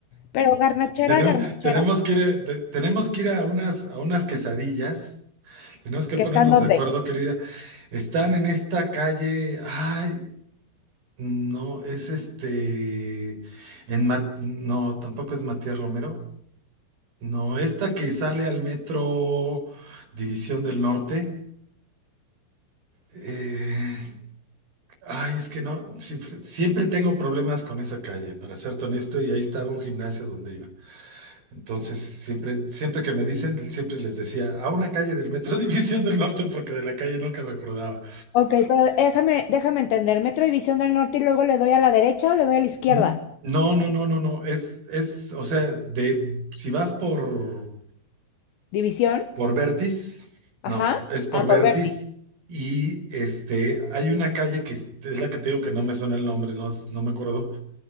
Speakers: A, on the left; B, on the right.
A: Pero garnachera,
B: Tenemos,
A: garnachera,
B: tenemos que ir, eh, te- tenemos que ir a unas, a unas quesadillas. Tenemos que
A: que
B: ponernos
A: están donde.
B: de acuerdo, querida. Están en esta calle. Ay, No, es este. En Ma- No, tampoco es Matías Romero. No, esta que sale al metro División del Norte. Eh, Ay, es que no. Siempre, siempre tengo problemas con esa calle, para serte honesto, y ahí estaba un gimnasio donde iba. Entonces, siempre, siempre que me dicen, siempre les decía, a una calle del metro <laughs> División del Norte, porque de la calle nunca me acordaba.
A: Ok, pero déjame, déjame entender. Metro División del Norte y luego le doy a la derecha o le doy a la izquierda.
B: N- No, no, no, no, no. Es, es, o sea, de si vas por.
A: División,
B: por Vertis, no,
A: ajá,
B: es por
A: a
B: Vertis
A: por Berti.
B: y este, hay una calle que es es la que tengo que no me suena el nombre, no, s- no me acuerdo.